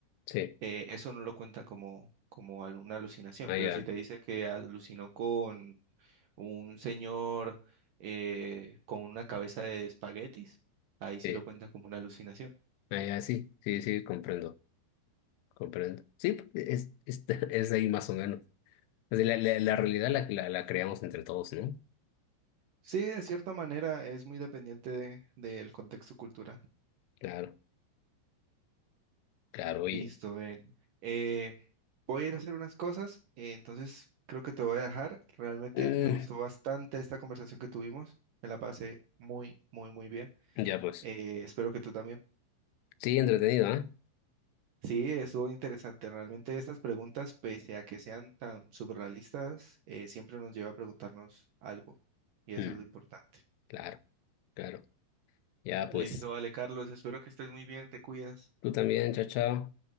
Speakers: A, on the left; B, on the right.
A: Sí,
B: eh, eso no lo cuentan como, como alu- una alucinación,
A: ah,
B: pero
A: ya.
B: si te dice que alucinó con un señor eh, con una cabeza de espaguetis, ahí sí
A: Sí,
B: lo cuentan como una alucinación.
A: Ah, ya, sí, sí, sí, comprendo, comprendo. Sí, pues, es, es, <laughs> es ahí más o menos. O sea, la, la, la realidad la, la, la creamos entre todos, ¿no?
B: Sí, de cierta manera es muy dependiente de- del contexto cultural.
A: Claro, claro, oye.
B: Listo, ven. Eh, voy a ir a hacer unas cosas, eh, entonces creo que te voy a dejar. Realmente
A: Mm,
B: me gustó bastante esta conversación que tuvimos, me la pasé muy, muy, muy bien.
A: ya pues.
B: Eh, espero que tú también.
A: Sí, entretenido, ¿ah?
B: Sí, estuvo interesante. Realmente estas preguntas, pese a que sean tan surrealistas, eh, siempre nos lleva a preguntarnos algo. Y eso
A: Mm,
B: es lo importante.
A: claro, claro. Ya pues.
B: Listo, vale, Carlos. Espero que estés muy bien. Te cuidas.
A: Tú también, chao, chao.